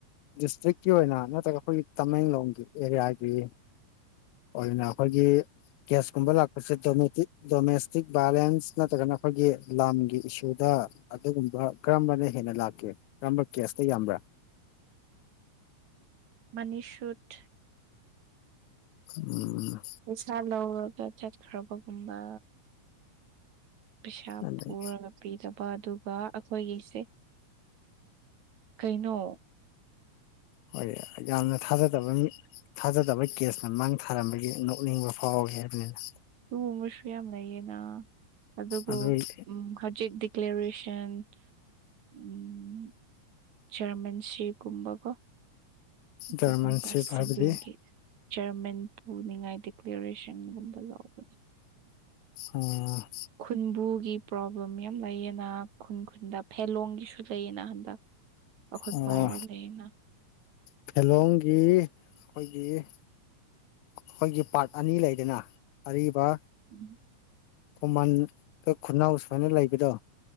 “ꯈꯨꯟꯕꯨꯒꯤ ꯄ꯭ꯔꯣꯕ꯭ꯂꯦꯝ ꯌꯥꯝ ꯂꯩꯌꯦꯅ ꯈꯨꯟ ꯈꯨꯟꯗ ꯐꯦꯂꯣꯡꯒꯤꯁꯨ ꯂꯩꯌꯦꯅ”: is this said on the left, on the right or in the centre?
Right